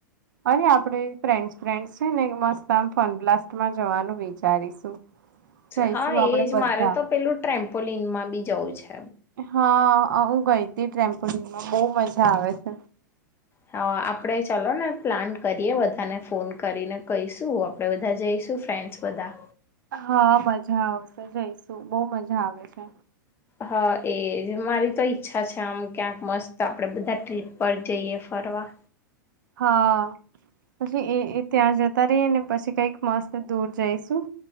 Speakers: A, on the right; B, on the left.
A: અને આપણે ફ્રેન્ડસ ફ્રેન્ડસ છે ને મસ્ત આમ ફન બ્લાસ્ટમાં જવાનું વિચારીશું જઈશું
B: હા
A: આપડે
B: એજ
A: બધા.
B: મારે તો પેલું ટ્રેમ્પોલીનમાં બી જઉ છે
A: હા હું ગઈ હતી ટમ્પોલિંગમાં બહ મજા આવે છે
B: હ આપણે ચાલો ને પ્લાન કરીએ બધાને ફોન કરીને કહીશું આપણેે બધા જઈશું ફ્રેન્ડ્સ બધા
A: હા મજા આવશે જઈશું બહ મજા આવે છે
B: હા એજ મારી તોય અચ્છા છે આમ ક્યાંક મસ્ત આપડે બધા ટ્રીપ પર જઈએ ફરવા
A: હા પછી એ ત્યાં જતા રહી ને પછી કઈક માસ દૂર જઈશું